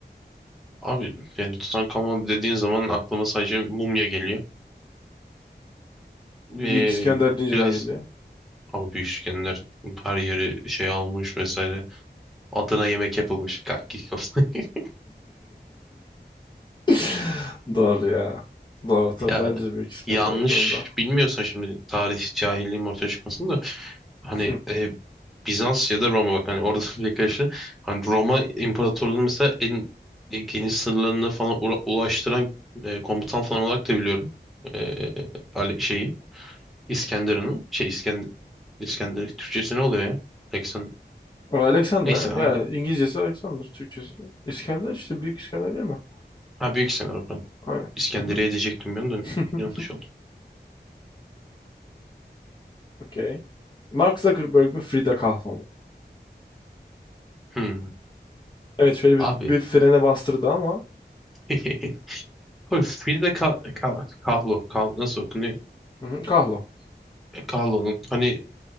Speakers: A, in the centre; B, on the left.
A: Abi yani Tutankamon dediğin zaman aklıma sadece mumya geliyor. Ve
B: Büyük İskender deyince
A: biraz
B: ne geliyor?
A: ama büyük işkenler her yeri şey almış vesaire. Adına yemek yapılmış. Kakki kafası. <laughs>
B: <laughs> Doğru ya. Doğru tabii.
A: Ya
B: Bence Büyük İskender
A: yanlış
B: bu durumda.
A: bilmiyorsa şimdi tarih cahilliğim ortaya çıkmasın da hani
B: <laughs>
A: e, Bizans ya da Roma bak hani orada <laughs> bir karıştı. Hani Roma İmparatorluğu'nun mesela en e, geniş sınırlarına falan ura- ulaştıran e, komutan falan olarak da biliyorum. E, Ali- şeyi İskenderun'u şey İskender İskender Türkçesi ne oluyor ya? Alexander.
B: Ama Alexander
A: Neyse
B: ha?
A: anladım.
B: ya İngilizcesi Alexander, Türkçesi İskender işte Büyük İskender değil mi?
A: Ha Büyük İskender pardon.
B: Aynen.
A: İskenderiye
B: Hı hı.
A: diyecektim ben de
B: <laughs>
A: yanlış oldu.
B: Okey. Mark Zuckerberg mi Frida Kahlo mu?
A: Hmm.
B: Evet şöyle bir,
A: Abi
B: bir frene bastırdı ama
A: <laughs> Abi Frida Kahlo, Kahlo, Kahlo nasıl okunuyor?
B: hı hı, Kahlo.
A: E, Kahlo'nun hani